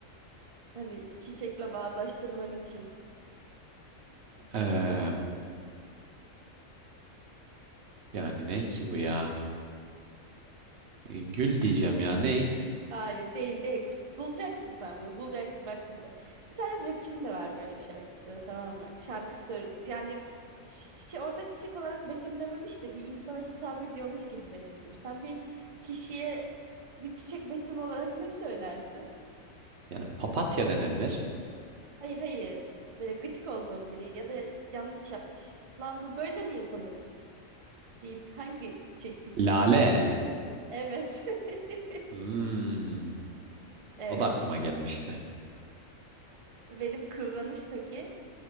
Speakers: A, on the right; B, on the right.
A: Hani çiçekle bağdaştırman için.
B: Ee, yani ne ki bu ya? Gül diyeceğim
A: Hani
B: ya ney?
A: Hayır değil değil. Cık, Bulacaksın sen bunu bulacaksın bak şimdi. Bir tane rapçinin de var böyle bir şarkısı tamam mı? Şarkı sö- yani şi- çiçe- orada çiçek olarak betimlememiş de bir insana hitap ediyormuş gibi betimlemiş. Sen bir kişiye bir çiçek betimi olarak ne söylersin?
B: Yani papatya denebilir.
A: Hayır hayır böyle gıcık olduğun biri ya da yanlış yapmış. Lan bu böyle mi yapılır deyip hangi çiçek ismini
B: Lale.
A: kullanırsın? Evet. <laughs>
B: Hmm,
A: Evet.
B: o da aklıma gelmişti.
A: Benim kıvranış peki?